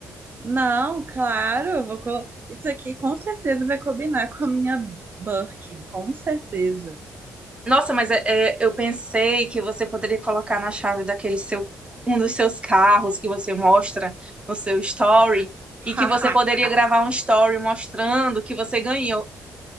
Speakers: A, on the right (about 40°); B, on the right (about 20°).
A: Não, claro, eu vou colo... Isso aqui com certeza vai combinar com a minha Birkin, com certeza.
B: Nossa, mas é- é, eu pensei que você poderia colocar na chave daquele seu, um dos seus carros que você mostra no seu story e que
A: <laughs>
B: você poderia gravar um story mostrando que você ganhou.